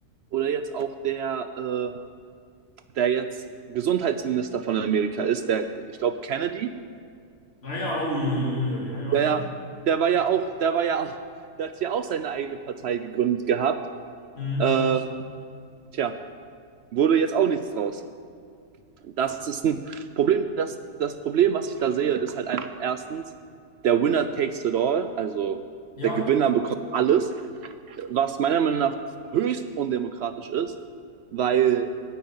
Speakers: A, on the right (about 70°); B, on the left (about 40°).
A: oder jetzt auch der, äh, der jetzt Gesundheitsminister von Amerika ist, der, ich glaube, Kennedy,
B: naja, oh, ja, ja, ja, ja, ja.
A: Ja, ja. Der war ja auch, der war ja auch, der hat ja auch seine eigene Partei gegründet gehabt.
B: Mhm.
A: Äh, tja, wurde jetzt auch nichts draus. Das ist ein Problem. Das, das Problem, was ich da sehe, ist halt einfach erstens, der Winner takes it all, also
B: Ja,
A: der Gewinner bekommt alles, was meiner Meinung nach höchst undemokratisch ist, weil